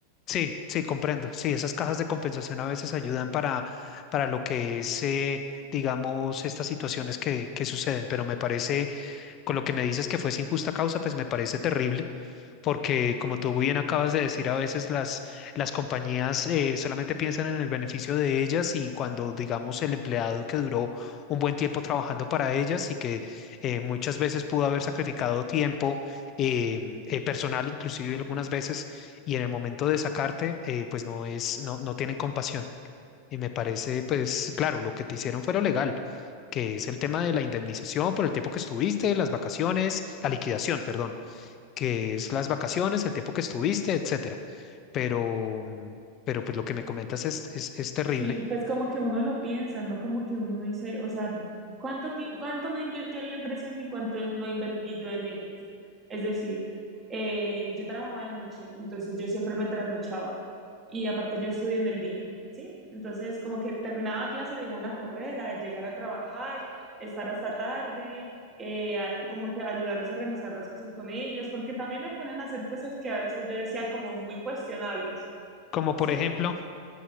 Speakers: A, on the left; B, on the right.
A: Sí, sí, comprendo. Sí, esas cajas de compensación a veces ayudan para, para lo que es, eh, digamos, estas situaciones que, que suceden, pero me parece, con lo que me dices que fue sin justa causa, pues me parece terrible porque como tú bien acabas de decir, a veces las, las compañías eh, solamente piensan en el beneficio de ellas y cuando, digamos, el empleado que duró un buen tiempo trabajando para ellas y que eh, muchas veces pudo haber sacrificado tiempo eh, eh, personal, inclusive algunas veces, y en el momento de sacarte, eh, pues no es, no, no tienen compasión. Y me parece, pues claro, lo que te hicieron fue lo legal, que es el tema de la indemnización por el tiempo que estuviste, las vacaciones, la liquidación, perdón que es las vacaciones, el tiempo que estuviste, etcétera. Pero, mm, pero pues lo que me comentas es, es, es terrible.
B: Sí, pues como que uno lo piensa, ¿no? Como que uno dice, o sea, ¿cuánto, ti- cuánto no invirtió en la empresa en mí? ¿Cuánto no invertí yo en ellos? Es decir, eh, yo trabajaba en la noche, entonces yo siempre me trasnochaba y aparte yo estudio en el día, ¿sí? Entonces como que terminaba clase de una carrera, llegar a trabajar, estar hasta tarde, eh, a- como que ayudarles a organizar las cosas con ellos, porque también me ponían a hacer cosas que a veces yo decía como muy cuestionables.
A: Como por
B: ¿Sí?
A: ejemplo,